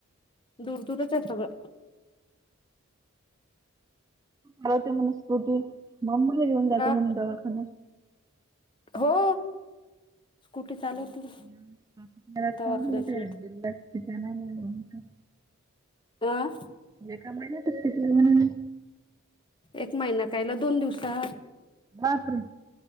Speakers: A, on the left; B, on the right.
A: दूर दूरच अस ब.
B: मवते म्हण स्कुटीमम्मीही घेऊन जातो
A: अ
B: म्हणे दवाखान्या
A: हो स्कूटी चालवती
B: का
A: ना दवाखान्यात
B: म दिना
A: येते.
B: नाही का?
A: अं
B: म्हे का माहि नाहीत तथ म्हणून
A: एक महिना कायला दोन दिवसात
B: दाख र